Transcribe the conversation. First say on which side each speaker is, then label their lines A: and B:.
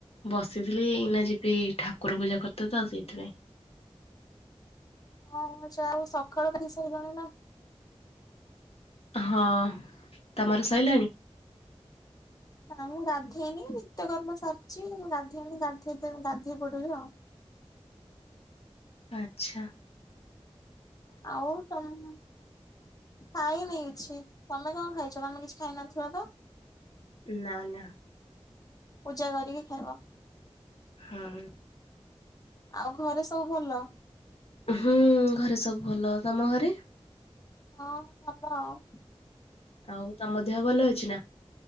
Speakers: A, on the left (about 65°); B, on the left (about 35°).
A: ବସିଥିଲି ଏଇନା ଯିବି ଠାକୁର ପୂଜା କରତେ ତ ସେଇଥିପାଇଁ।
B: ହଁ ଯାଉ ସକାଳ <unintelligible> ଜଣେ ନା।
A: ହଁ, ତମର ସଇଲାଣି?
B: ହଁ ମୁଁ ଗାଧେଇନି ନିତ୍ୟକର୍ମ ସାରିଛି ମୁ ଗାଧେଇନି ଗାଧେ ଗାଧେଇ ପଡିବି ଆଉ।
A: ଆଛା।
B: ଆଉ ତମ୍ ଖାଇ ନେଇଛି, ତମେ କଣ ଖାଇଛ ତମେ କିଛି ଖାଇନଥିବ ତ?
A: ନା ନା।
B: ପୂଜା କରିକି ଖାଇବ।
A: ହୁଁ।
B: ଆଉ ଘରେ ସବୁ ଭଲ?
A: ହୁଁ ଘରେ ସବୁ ଭଲ, ତମ ଘରେ?
B: ହଁ ଭଲ ଆଉ।
A: ଆଉ ତମ ଦେହ ଭଲ ଅଛି ନା?